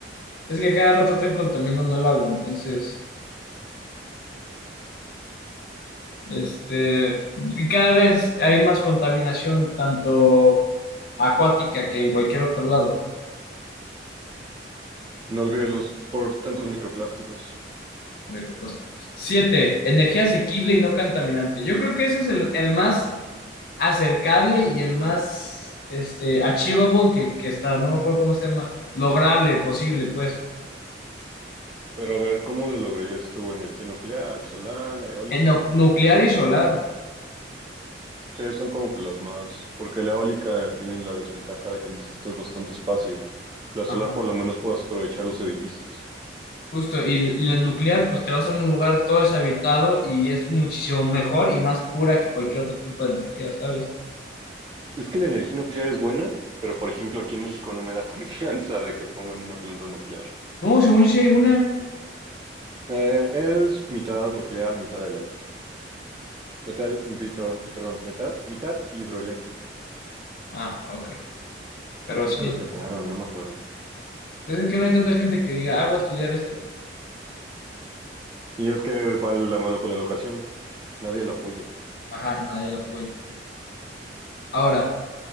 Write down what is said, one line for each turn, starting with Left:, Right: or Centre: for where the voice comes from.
Left: es que cada rato están contaminando el agua, entonces, este, y cada vez hay más contaminación, tanto acuática que en cualquier otro lado.
Right: No olvides los por tantos microplásticos.
Left: Microplásticos. Siete, energía asequible y no contaminante. Yo creo que ese es el, el más acercable y el más este, achievable que, que está, no me acuerdo cómo se llama, lograble, posible, pues.
Right: Pero a ver, ¿cómo lo lograrías tú? ¿Energía nuclear, solar, eólica?
Left: El nu- nuclear y solar.
Right: Sí, son como que las más. Porque la eólica tiene la desventaja de que necesitas bastante espacio. La solar
Left: Ajá.
Right: por lo menos puedes aprovechar los edificios.
Left: Justo, y l- y la nuclear, pues te vas a un lugar todo deshabitado y es muchísimo mejor y más pura que cualquier otro tipo de energía, ¿sabes?
Right: Es que la energía nuclear es buena, pero por ejemplo aquí en México no me da <laughs> confianza de que pongan una planta nuclear.
Left: No, según yo sí hay una.
Right: Eh, es mitad nuclear, mitad eléctrica. Metad, pitón, perdón, metad- mitad hidroeléctrica.
Left: Ah, ok. Pero
Right: Pero creo
Left: sí,
Right: que lo cerraron, no me acuerdo.
Left: pues es que no hay tanta gente que diga, ah, voy a estudiar esto.
Right: Y es que va la mano con la educación. Nadie lo apoya.
Left: Ajá, nadie la apoya. Ahora,